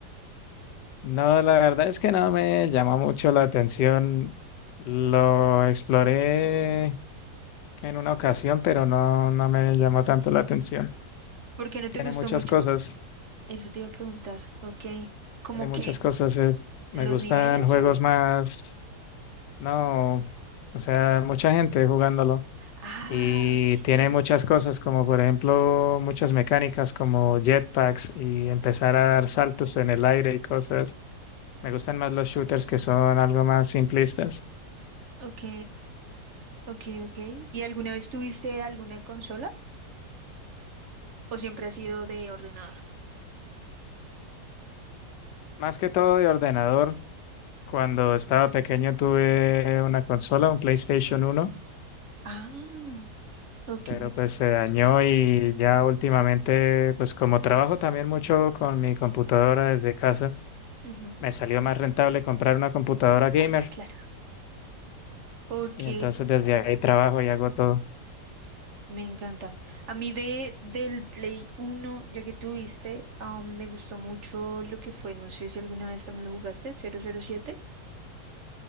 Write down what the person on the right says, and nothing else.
¿Por qué no te
gustó
mucho?
Eso te iba a preguntar, ok. ¿Cómo
qué?
¿Los
niveles
o...?
Ah,
ok.
Ok, ok, ok. ¿Y alguna vez tuviste alguna consola o siempre has sido de ordenador?
Ah, ok.
Ujú.
Ah, pues claro. Ok,
me encanta. A mí de, del Play uno, ya que tuviste, um, me gustó mucho lo que fue, no sé si alguna vez también lo jugaste, Cero cero siete.